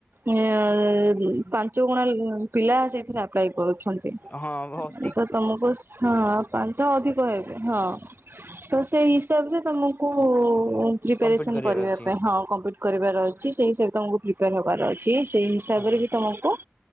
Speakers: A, on the right; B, on the left.
A: ଏ ଅ ପାଞ୍ଚଗୁଣା ପିଲା ସେଥିରେ ଆପ୍ଲାଏ କରୁଛନ୍ତି।
B: ହଁ ଭୋତ୍
A: ତ ତୁମକୁ ହଁ ପାଞ୍ଚ ଅଧିକ ହେବେ ହଁ। ତ ସେଇ ହିସାବରେ ତମକୁ ପ୍ରିପାରେସନ୍
B: କମ୍ପିଟ୍ କରିବାର
A: କରିବା
B: ଅଛି
A: ପାଇଁ ହଁ କମ୍ପ କରିବାର ଅଛି ସେଇ ହିସାବରେ ତମକୁ ପ୍ରିପେୟାର ହବାର ଅଛି ସେଇ ହିସାବରେବି
B: ହଁ।
A: ତମକୁ